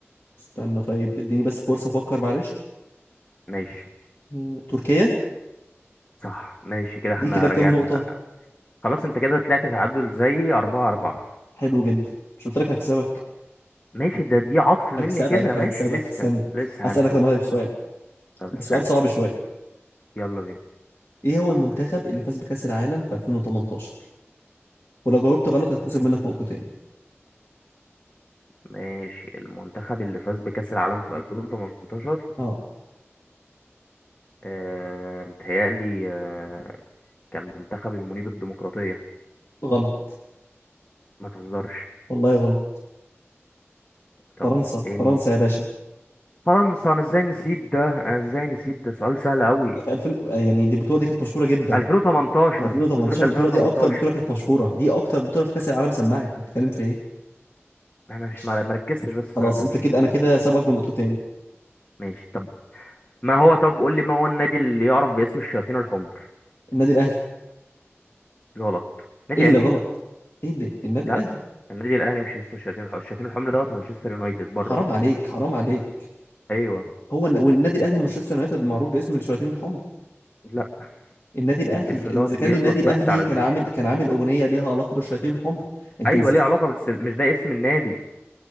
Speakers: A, on the left; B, on the left.
A: استنى طيب اديني بس فرصة أفكر معلش
B: ماشي
A: مم. تركيا
B: صح ماشي كده احنا
A: دي كده بكام
B: رجعنا
A: نقطة؟
B: خلاص انت كده طلعت تعادل زي أربعة أربعة
A: حلو جدا مش قلت لك هكسبك
B: ماشي ده دي عطف مني
A: هكسبك
B: كده ماشي
A: هكسبك
B: لسه
A: استنى
B: لسه
A: أسألك
B: هنشوف
A: أنا طيب سؤال
B: طب
A: بس
B: اسألني
A: سؤال صعب شوية
B: يلا بينا
A: إيه هو المنتخب اللي فاز بكأس العالم في 2018؟ ولو جاوبت غلط هتخصم منك نقطتين
B: ماشي المنتخب اللي فاز بكأس العالم في 2018
A: اه
B: آه متهيألي آه كان منتخب المنيب الديمقراطية
A: غلط
B: ما تهزرش
A: والله غلط
B: طب
A: فرنسا
B: ايه
A: فرنسا
B: مين
A: يا باشا
B: فرنسا انا ازاي نسيت ده انا ازاي نسيت ده سؤال سهل قوي
A: ده في 2000 يعني دي البطوله دي كانت مشهوره جدا
B: 2018
A: 2018
B: بطولة
A: البطوله
B: 2018
A: دي اكتر بطوله كانت مشهوره دي اكتر بطوله في كاس العالم سمعت انت بتتكلم في ايه
B: انا مش
A: ماشي.
B: مر- مركزتش بس السؤال
A: خلاص
B: ده
A: انت
B: مش
A: كده
B: مشكلة
A: انا كده سابقك بنقطتين
B: ماشي طب ما هو طب قول لي ما هو النادي اللي يعرف باسم الشياطين الحمر
A: النادي الاهلي
B: غلط نادي
A: ايه اللي
B: اهلي
A: غلط ايه اللي النادي
B: لا
A: الاهلي
B: النادي الاهلي مش اسمه الشياطين الحمر الشياطين الحمر دوت مانشستر يونايتد بره
A: حرام
B: اصلا
A: عليك حرام عليك
B: ايوه
A: هو الن- والنادي الاهلي ومانشستر يونايتد معروف باسم الشياطين الحمر
B: لا
A: النادي الاهلي
B: الاسم
A: اذا
B: دوت
A: كان
B: بيطلق
A: النادي
B: بس
A: الاهلي
B: على
A: كان
B: الش...
A: عامل كان عامل اغنيه ليها علاقه بالشياطين الحمر انت
B: ايوه
A: نسيت
B: ليه علاقه بس مش ده اسم النادي